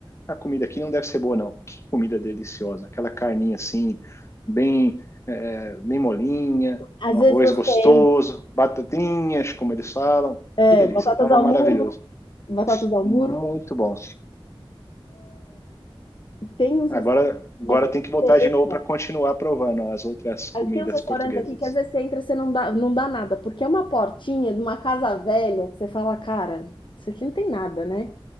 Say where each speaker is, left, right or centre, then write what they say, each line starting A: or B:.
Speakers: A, on the left; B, on the left.
A: a comida aqui não deve ser boa não. Que comida deliciosa, aquela carninha assim, bem é, bem molinha,
B: Às
A: um
B: vezes
A: arroz
B: você
A: gostoso,
B: tem
A: batatinhas, como eles falam.
B: é,
A: Que delícia,
B: batatas
A: tava
B: ao
A: maravilhoso.
B: molho Batatas ao
A: Muito
B: murro,
A: bom.
B: tem uns
A: Agora,
B: restaurantes,
A: agora
B: às vezes
A: tem que voltar
B: você
A: de
B: entra,
A: novo para continuar provando as outras comidas
B: Ah, tem uns restaurantes
A: portuguesas.
B: aqui que às vezes você entra e você não dá, não dá nada, porque é uma portinha de uma casa velha que você fala, cara, isso aqui não tem nada, né?